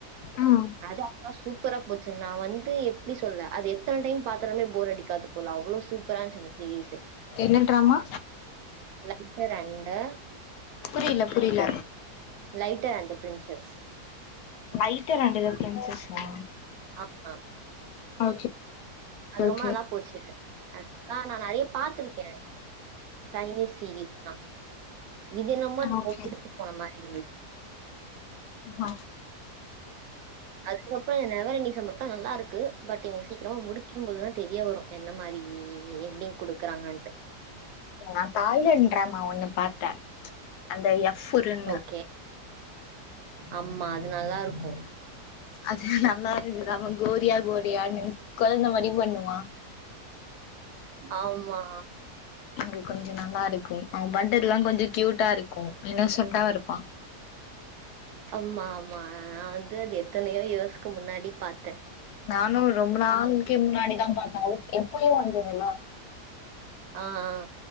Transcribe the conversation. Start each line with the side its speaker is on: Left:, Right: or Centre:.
Left: ம்
Right: அதான் அப்ப சூப்பரா போச்சு நான் வந் அது எப்டி சொல்ல அது எத்தன டைம் பாத்தலுமே போர் அடிக்காது போல அவ்ளோ சூப்பரா இருந்துச்சி அந்த சீரிஸ்ஸு
Left: என்ன ட்ராமா
Right: இப்ப ரெண்டு
Left: புரில புரில
Right: லைட்டர் அண்ட் த பிரின்சஸ்
Left: ஐட்ட ரெண்டு ரெஃபேரன்சஸ் மா
Right: ஆ ஆ
Left: ஓகே
Right: அது
Left: ஓகே
Right: ரொம்ப நல்லா போச்சு ஆக்சுவலா நா நெறைய பாத்திருக்கே சைனீஸ் சீரீஸ்னா இது என்னமா நம்ம
Left: ஓகே
Right: குடுச்சு போன மாரி இருந்துச்சு
Left: ஆ
Right: அதுக்கப்புற நவரண்ணிஸ் நல்லாருக்கு பட் இவங் சீக்கிரமா முடிக்கு போதுதா தெரிய வரு என்ன மாரி எ எ எ என்னிக் குடுக்குறாங்கன்ட்டு
Left: நான் தாய்லன்றமவ ஒண்ணு பாத்த அந்த எஃப்ருன்னு
Right: ஓகே. ஆமா அது நல்லாருக்கு
Left: அது நல்லாருக்கு ஆனா கோரியா கோரியன்னு கொழந்த மாரி பண்ணுவா
Right: ஆமா
Left: அது கொஞ்ச நல்லாருக்கு அவன் பண்றதுல்லா கொஞ்ச கியூட்டாருக்கு இன்னசென்ட்டா இருப்பா
Right: ஆமா ஆமா நா வந்து அது எத்தனையோ இயர்ஸ்க்கு முன்னாடி பாத்த
Left: நானும் ரொம்ப நாளைக்கே முன்னாடிதா பாத்த எப்பயோ வந்தது இதல்லா
Right: ஆ ஆ